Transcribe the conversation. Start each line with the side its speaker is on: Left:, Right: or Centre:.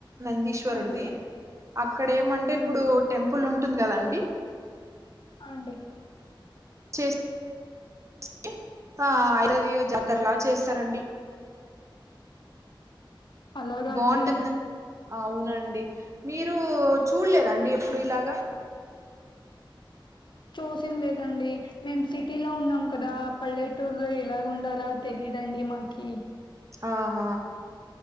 Right: నందీశ్వరుడ్ది
Left: ఆ అండి
Right: అక్కడేమంటె
Left: ఆ
Right: ఇప్పుడు
Left: అండి
Right: టెంపులు. టుంద్ గదండి.
Left: అండి.
Right: చేస సి ఆ ఐదది జాతరలా చేస్తారండి
Left: అలాగా
Right: బాగుంటుంద
Left: అండి
Right: అవునండి మీరూ చూడలేదండి ఎప్పుడు ఇలాగ
Left: చూసిం లేదండి మేం సిటీలో ఉన్నాం కదా పల్లెటూరులో ఇలాగ ఉండాల తెలీదండి మాకి
Right: ఆహ